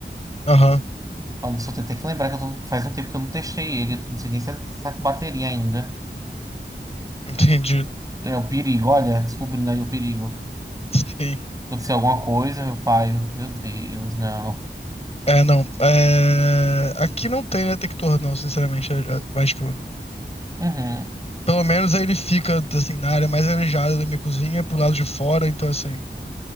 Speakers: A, on the left; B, on the right.
A: aham.
B: Ah, Nisso eu tenho até que lembrar que eu tô- faz um tempo que eu não testei ele. Não sei nem se está com bateria ainda.
A: <laughs> Entendi.
B: É o perigo, olha, descobrindo aí o perigo.
A: Sim.
B: Aconteceu alguma coisa, meu pai. Meu Deus, não.
A: É, não. É... Aqui não tem detector, não, sinceramente. É- é- Mas, tipo,
B: Uhum.
A: pelo menos aí ele fica, assim, na área mais arejada da minha cozinha, pro lado de fora, então, assim,